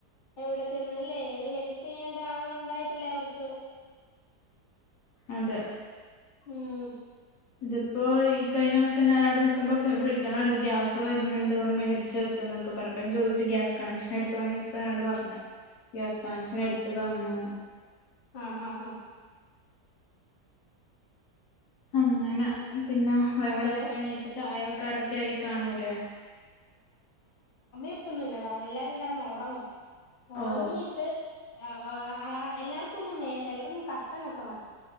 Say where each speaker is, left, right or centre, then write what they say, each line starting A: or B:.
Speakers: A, on the left; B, on the left.
A: എവിടെ ചെന്നുല്ലേ അവര് ഹെൽപ് ചെയ്യാൻ ഒരാളുണ്ടായിട്ടല്ലേ അവർക്ക്
B: അതെ
A: മം
B: ഇതിപ്പോ ഈ കഴിഞ്ഞ ദിവസം ഞാൻ അവിടെ നിക്കുമ്പോ വിളിക്കണണ്ടു ഗ്യാസ് വരനുണ്ട വന്ന് മേടിച്ച് ഇത്‌നൊക്കെ പറഞ്ഞപ്പോ ഞാൻ ചോയിച്ചു ഗ്യാസ് കണക്ഷൻ എടുത്തോന്ന് ചോയിച്ചപ്പോണാ പറഞ്ഞത് ഗ്യാസ് കണക്ഷൻ എടുത്ത് തന്നു.
A: ആ ഹാ ഹാ
B: അങ്ങനെ പിന്നെ വേറെന്തൊക്കെയാണി
A: ഹലോ
B: ഇപ്പ ചായക്കാരൊക്കെ ആയി കാണൂലേ,?
A: ഒന്നുംല്ലടാ എല്ലാരും കിടന്ന് ഉറങ്ങും ഉറങ്ങിട്ട്
B: ഓ
A: ആ ആ ആ എല്ലാർക്കൊന്നും വേണ്ട എല്ലാർക്കും കട്ടനൊക്കെ മതി